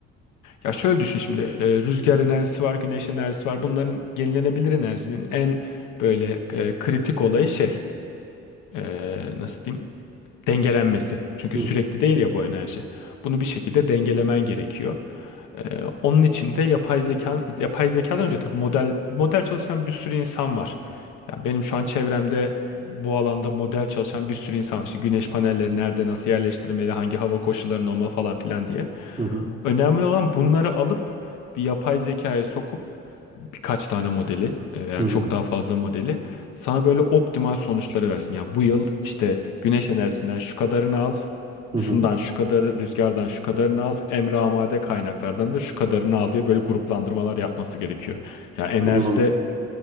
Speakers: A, on the left; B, on the right.
A: Ya şöyle düşün şimdi e, rüzgar enerjisi var, güneş enerjisi var. Bunların yenilenebilir enerjinin en böyle e, kritik olayı şey e, nasıl diyeyim? dengelenmesi. Çünkü
B: Hı
A: sürekli
B: hı,
A: değil ya bu enerji. Bunu bir şekilde dengelemen gerekiyor. Ee, onun için de yapay zeka, yapay zekadan önce tabii model model çalışan bir sürü insan var. Yani benim şu an çevremde bu alanda model çalışan bir sürü insan var. İşte güneş panelleri nerede, nasıl yerleştirilmeli, hangi hava koşullarında olmalı falan filan diye.
B: hı hı,
A: Önemli olan bunları alıp bir yapay zekaya sokup birkaç tane modeli e, veya
B: hı hı,
A: çok daha fazla modeli sana böyle optimal sonuçları versin. Ya bu yıl işte güneş enerjisinden şu kadarını al,
B: hı
A: şundan
B: hı.
A: şu kadarı, rüzgardan şu kadarını al, emre amade kaynaklardan da şu kadarını al diye böyle gruplandırmalar yapması gerekiyor. Ya enerjide
B: Anladım.